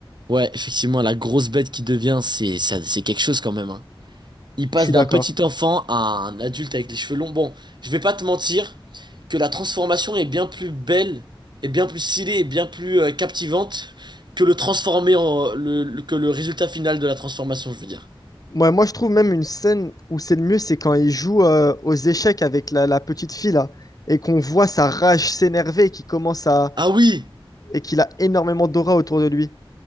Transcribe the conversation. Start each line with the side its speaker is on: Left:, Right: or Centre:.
Right: Ouais, effectivement, la grosse bête qui devient, c'est ça- c'est quelque chose quand même, hein. Il passe
Left: Je suis
Right: d'un
Left: d'accord.
Right: petit enfant à un adulte avec les cheveux longs. Bon, je vais pas te mentir que la transformation est bien plus belle, est bien plus stylée, et bien plus euh, captivante que le transformer en, le, le- que le résultat final de la transformation, je veux dire.
Left: Moi, moi, je trouve même une scène où c'est le mieux, c'est quand il joue euh, aux échecs avec la, la petite fille là, et qu'on voit sa rage s'énerver, qui commence à
Right: Ah oui!
Left: et qu'il a énormément d'aura autour de lui.